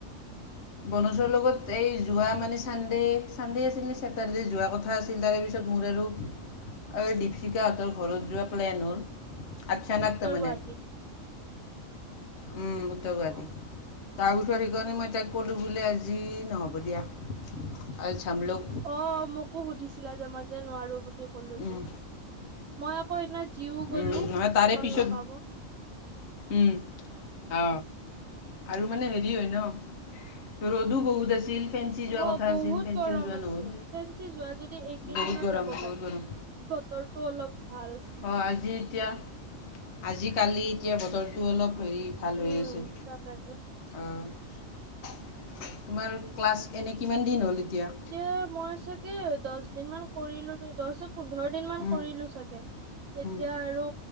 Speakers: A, on the left; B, on the right.
A: বনজৰ লগত এই যোৱা মানে চানডে চানডে আছিল চেটাৰ্ডে যোৱা কথা আছিল। আছিল তাৰে পিছত মোৰ আৰু এই দীপশিকাহঁতৰ ঘৰত যোৱা প্লেন হ'ল। আচ্ছানাক
B: উত্তৰ
A: মানে।
B: গুৱাহাটী
A: উম, উদ্যোগবাদী
B: অ
A: তাৰপিছৰত সেইকাৰণে মই তাইক ক'লোঁ বোলে আজি নহ'ব দিয়া। আজ সম লোক
B: অ মোকো সুধিছিলা যে মই যে নোৱাৰো বুলি কলো
A: উম,
B: যে। মই আকৌ সেইদিনা জিও
A: উম,
B: গলো
A: নহয় তাৰে
B: ষ্টল
A: পিছত
B: লগাব।
A: উম অ আৰু মানে হেৰি হয় ন। ৰদও বহুত আছিল। ফেঞ্চি যোৱা
B: অ
A: কথা
B: বহুত
A: আছিল ফেঞ্চিও
B: গৰম
A: যোৱা
B: আছিল
A: নহ'ল
B: ফেঞ্চি যোৱা যদি এইকেইদিনত
A: বহুত গৰম
B: যাব
A: বহুত
B: পাৰা।
A: গৰম
B: বতৰটো অলপ ভাল।
A: অহ আজি এতিয়া আজিকালি এতিয়া বতৰটো অলপ হেৰি- ভাল
B: উম
A: হৈ আছে।
B: তাকেতো
A: অহঁ তোমাৰ ক্লাছ এনে কিমান দিন হ'ল এতিয়া-
B: এতিয়া মই চাগে দচ দিন মান কৰিলো ন দহ পোন্ধৰ। দিন মান
A: উম,
B: কৰিলো চাগে, এতিয়া
A: উম,
B: আৰু